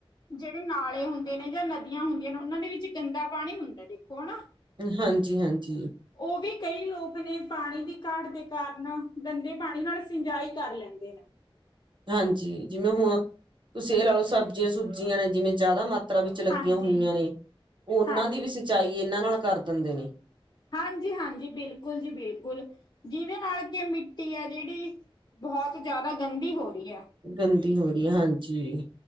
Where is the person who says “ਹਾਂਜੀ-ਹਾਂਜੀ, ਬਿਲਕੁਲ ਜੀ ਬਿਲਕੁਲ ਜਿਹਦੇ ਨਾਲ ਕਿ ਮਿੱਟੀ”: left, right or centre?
Left